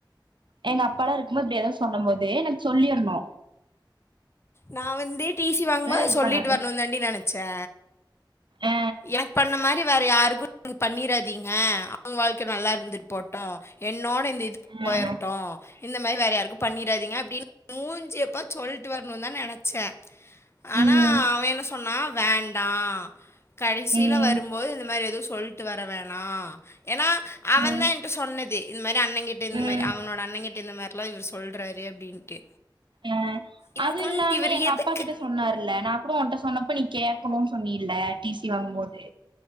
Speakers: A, on the right (about 70°); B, on the left (about 30°).
A: எங்க அப்பாலா இரு திரும்ப இப்டி ஏதாவது சொல்லும் போதே எனக்கு சொல்லிரணு
B: நா வந்து டி சி வாங்குபோதே
A: இது
B: சொல்லிட்டு
A: பண்ணாத
B: வரணுனுதாண்டி நெனைச்சே
A: ஆ
B: எனக்கு பண்ண மாரி வேற யாருக்கு நீங்க பண்ணிராதீங்க அவங்க வாழ்க்க நல்லா இருந்துட்டு போட்டோ என்னோட இந்த இது
A: ஆ
B: போயிரட்டோ இந்த மாரி வேறு யாருக்குக்கு பண்ணிடாதீங்க அப்படின்னு மூஞ்சியப்பா சொல்லிட்டு வரணும்னு தா நெனைச்சே ஆனா
A: ம்
B: அவ என்ன சொன்னா வேண்டா கடைசியில
A: ம்
B: வரும்போது இந்த மாரி எதுவு சொல்லிட்டு வர வேண்டா ஏன்னா அவ
A: ம்
B: தா என்ட்ட சொன்னது இந்த மாரி அண்ண கிட்ட இந்த
A: ம்
B: மாரி அவனோட அண்ண கிட்ட இந்த மாரி எல்லா இவரு சொல்றாரு அப்படின்ட்டு
A: ஆ
B: இவர்
A: அது
B: கொஞ்
A: இல்லாம
B: இவர்
A: எங்க
B: எதுக்கு
A: அப்பா கிட்ட சொன்னாருல்ல நான கூட உன்கிட்ட சொன்னப்ப நீ கேக் பாக்கனுன்னு சொன்ன இல்ல டி சி வாங்கு போது